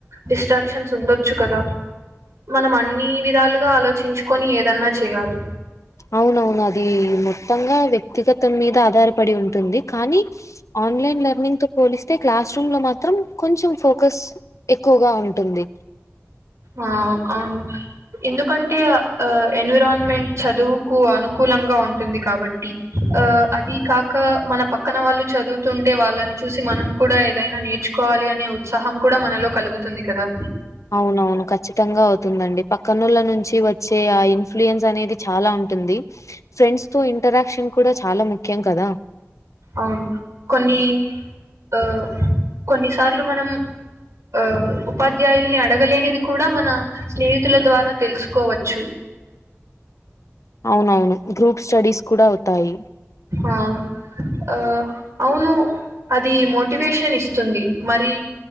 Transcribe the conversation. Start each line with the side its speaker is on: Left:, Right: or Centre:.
Right: డిస్ట్రాక్షన్స్ ఉండొచ్చు కదా. మనం అన్ని విధాలుగా ఆలోచించుకొని ఏదన్నా చేయాలి.
Left: అవునవును అది మొత్తంగా వ్యక్తిగతం మీద ఆధారపడి ఉంటుంది కానీ. ఆన్లైన్ లెర్నింగ్ తో పోలిస్తే క్లాస్ రూమ్ లో మాత్రం కొంచెం ఫోకస్ ఎక్కువగా ఉంటుంది.
Right: ఆహ్ అవును ఎందుకంటే. ఆహ్ ఎన్విరాన్మెంట్ చదువుకు అనుకూలంగా ఉంటుంది కాబట్టి ఆహ్ అది కాక. ఆహ్ మన పక్కన వాళ్ళు చదువుతుంటే వాళ్ళని చూసి మనం. కూడా ఏదైనా నేర్చుకోవాలి అనే ఉత్సాహం కూడా మనలో కలుగుతుంది కదా.
Left: అవునవును ఖచ్చితంగా అవుతుందండి పక్కనొళ్ళ నుంచి వచ్చే ఆ ఇన్ఫ్లుయన్స్ అనేది చాలా ఉంటుంది. ఫ్రెండ్స్ తో ఇంటరాక్షన్ కూడా చాలా ముఖ్యం కదా.
Right: అవును కొన్ని ఆహ్ కొన్నిసార్లు మనం. ఆహ్ ఉపాధ్యాయుల్ని అడగలేనిది కూడా మన స్నేహితుల ద్వారా తెలుసుకోవచ్చు.
Left: అవునవును గ్రూప్ స్టడీస్ కూడా అవుతాయి.
Right: ఆహ్ ఆహ్ అవును. అది మోటివేషన్ ఇస్తుంది మరి